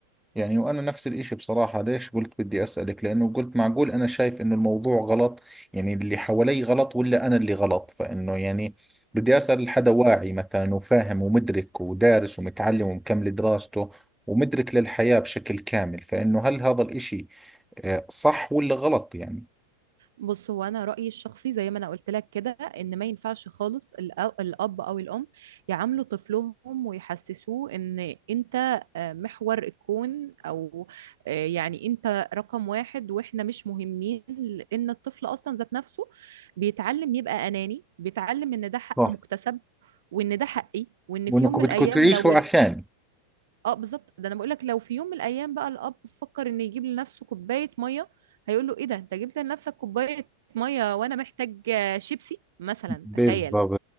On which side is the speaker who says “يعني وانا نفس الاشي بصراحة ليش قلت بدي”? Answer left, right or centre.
Centre